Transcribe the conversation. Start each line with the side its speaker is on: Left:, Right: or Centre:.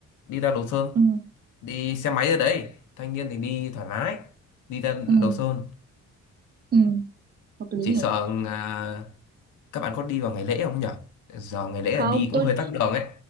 Left: đi ra Đồ Sơn
Right: Ừ.
Left: đi xe máy ở đấy thanh niên thì đi thoải mái đi ra
Right: Ừ,
Left: Đồ Sơn
Right: ừ, hợp lý
Left: chỉ
Right: nhỉ?
Left: sợ à, các bạn có đi vào ngày lễ không nhỉ giờ ngày lễ
Right: Không,
Left: là đi cũng
Right: tôi
Left: hơi tắc đường ấy